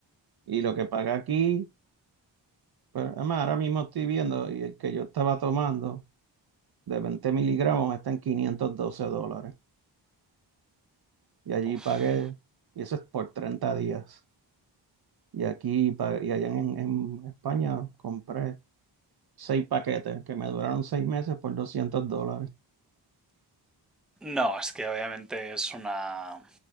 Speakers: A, on the right; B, in the centre.
A: Y lo que paga aquí Pero además, ahora mismo estoy viendo y el que yo estaba tomando de 20 miligramos está en 512 dólares. Y allí
B: uf.
A: pagué, y eso es por 30 días. Y aquí pa- y allá en, en España compré seis paquetes que me duraron seis meses por 200 dólares.
B: No, es que obviamente es una...